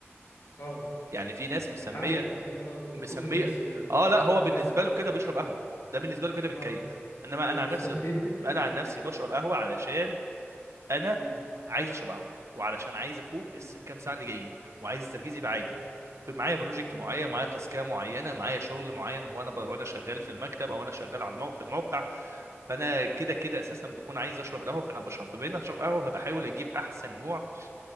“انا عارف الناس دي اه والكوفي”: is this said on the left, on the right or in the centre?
Left